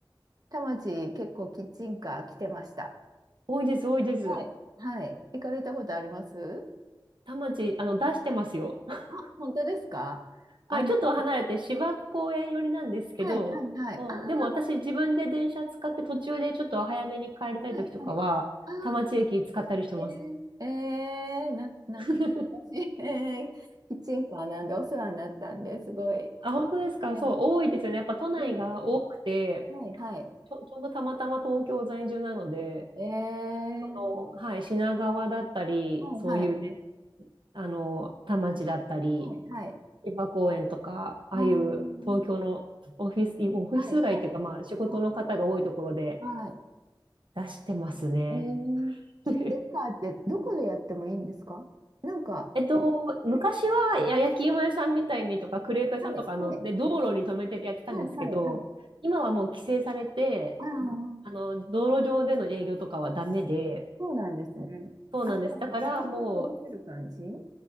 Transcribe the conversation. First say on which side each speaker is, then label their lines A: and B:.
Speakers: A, on the right; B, on the right.
A: 田町、結構キッチンカー来てました。
B: 多いです、多いです。
A: はい。はい。行かれたことあります
B: 田町、あの、出してますよ。<laughs>
A: あ、本当ですかあの、
B: はい、ちょっと離れて芝公園寄りなんですけど、
A: はいはいはい。
B: うん、
A: ああ、
B: でも私自分で電車使って途中でちょっと早めに帰りたい時とかは、
A: はいはい。ああ、
B: 田町駅使ったりしてます。
A: えー、えー、な、なんか私、
B: <laughs>
A: <laughs> えー、キッチンカーなんでお世話になったんですごい。
B: あ、本当ですかそう、
A: えー、
B: 多いですよね。やっぱ都内が多くて、
A: えー、はいはい。
B: ちょ、ちょうどたまたま東京在住なので、
A: え
B: その、
A: ー、
B: はい、品川だったり、
A: はいはい。
B: そういうね、あの、田町だったり、
A: はいはい。
B: 芝公園とか、ああいう東京のオフィス、
A: あー
B: オフィス街というか、
A: はいはい
B: まあ仕事の方が多いところで
A: はい。は
B: 出してますね。
A: い。えー、キッチンカーってどこでやってもいいんですかなんか、
B: <laughs> えっと、昔はや焼き芋屋さんみたいにとか、
A: はい
B: クレープ屋さんとか、
A: はいはい
B: あの、で、道路に止めてやってたんですけど、
A: はいはいはい。
B: 今はもう規制されて、
A: ああ、
B: あの、道路上での営業とかはダメで、
A: そうなんですね。
B: そうなんです。
A: あ、じゃあ、
B: だからも
A: 自分に届ける感じは